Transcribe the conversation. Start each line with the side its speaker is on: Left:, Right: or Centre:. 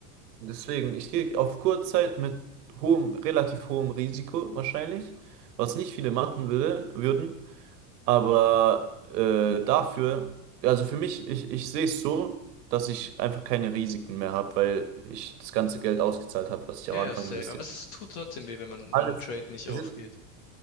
Right: Deswegen, ich gehe auf Kurzzeit mit hohem, relativ hohem Risiko wahrscheinlich, was nicht viele machen würde, würden, aber äh, dafür, also für mich, ich, ich sehe es so, dass ich einfach keine Risiken mehr habe, weil ich das ganze Geld ausgezahlt habe, was ich
Left: Ja,
Right: am
Left: ja,
Right: Anfang
Left: safe.
Right: investiert
Left: Aber es
Right: habe.
Left: tut trotzdem weh, wenn man,
Right: Alles.
Left: wenn ein Trade nicht
Right: Es
Left: aufgeht.
Right: ist,